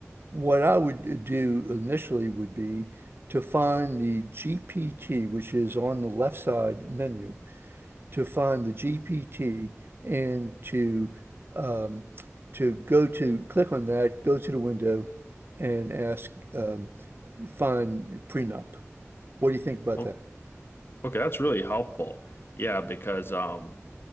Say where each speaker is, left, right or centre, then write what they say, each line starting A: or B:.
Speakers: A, on the right (about 50°); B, on the left (about 50°).
A: what I would uh, do initially would be to find the GPT, which is on the left side menu, to find the GPT and to um, to go to click on that, go to the window, and ask um, find prenup. What do you think about
B: Well,
A: that?
B: okay, that's really helpful. Yeah, because um,